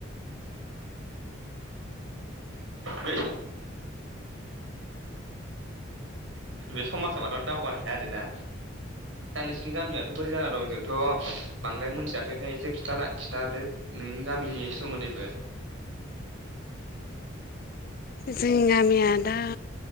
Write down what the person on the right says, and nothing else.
बे बे समाजा मानो दावगानो हाया आरोना दा नोंसिनि गामियाथ' बोरै जाना दं जोंथ' बांद्राय मोनथियाखै खाय एसे खिथा लाय खिनथादो नोंनि गामिनि सोमोनदैबो